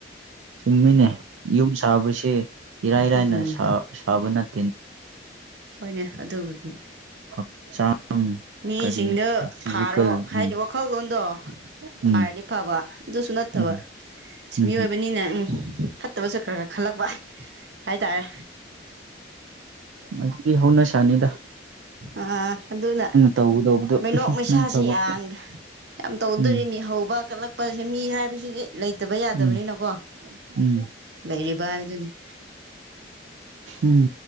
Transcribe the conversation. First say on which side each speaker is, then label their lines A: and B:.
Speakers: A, on the right; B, on the right.
A: ꯆꯨꯝꯃꯤꯅꯦ ꯌꯨꯝ ꯁꯥꯕꯁꯦ ꯏꯔꯥꯏꯔꯥꯏꯅ
B: ꯎꯝ
A: ꯁꯥꯕ ꯁꯥꯕꯅꯠ
B: ꯍꯣꯏꯅꯦ ꯑꯗꯨꯕꯨꯗꯤ
A: ꯍꯛꯆꯥꯡ
B: ꯃꯤꯁꯤꯡꯗ
A: ꯀꯔꯤ ꯐꯤꯖꯤꯀꯦꯜ
B: ꯐꯥꯔꯣ
A: ꯎꯝ
B: ꯍꯥꯏꯗꯪ ꯈꯜꯂꯣꯟꯗꯣ
A: ꯎꯝ
B: ꯐꯔꯗꯤ ꯐꯕ ꯑꯗꯨꯁꯨ ꯅꯠꯇꯕ
A: ꯎꯝ ꯎꯝ
B: ꯃꯤꯑꯣꯏꯕꯅꯤꯅ ꯐꯠꯇꯕꯁꯨ ꯈꯔ ꯈꯔ ꯈꯜꯂꯛꯄ ꯍꯥꯏꯇꯥꯔꯦ
A: ꯑꯗꯨꯗꯤ ꯍꯧꯅꯁꯅꯤꯗ
B: ꯑꯥ ꯑꯗꯨꯅ
A: ꯇꯧꯒꯗꯧꯕꯗꯣ
B: ꯃꯤꯅꯣꯛ ꯃꯩꯁꯥꯁꯤ
A: ꯅꯪ ꯊꯕꯛꯇꯣ
B: ꯌꯥꯝ ꯌꯥꯝꯅ ꯇꯧꯗꯣꯔꯤꯅꯦ
A: ꯎꯝ
B: ꯍꯧꯕ ꯀꯠꯂꯛꯄꯁꯤ ꯃꯤ ꯍꯥꯏꯕꯁꯤꯗꯤ ꯂꯩꯇꯕ ꯌꯥꯗꯕꯅꯤꯅꯀꯣ
A: ꯎꯝ ꯎꯝ
B: ꯂꯩꯔꯤꯕ ꯍꯥꯏꯕꯗꯨꯅꯤ꯫ <unintelligible>
A: ꯎꯝ